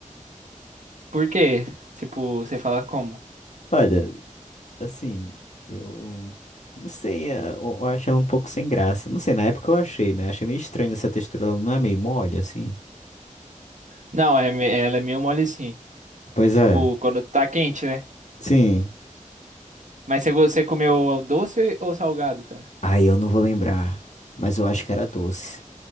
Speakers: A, on the right; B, on the left.
A: Por quê? Tipo, você fala como?
B: Olha, assim, eu não sei, eh, eu, eu acho ela um pouco sem graça. Não sei, na época eu achei, né? Achei meio estranho essa textura, ela não é meio mole, assim.
A: Não, é, me- ela é meio mole sim.
B: Pois
A: Tipo,
B: é,
A: quando tá quente, né?
B: sim.
A: Mas você, go- você comeu doce ou salgado, cara?
B: Ai, eu não vou lembrar, mas eu acho que era doce.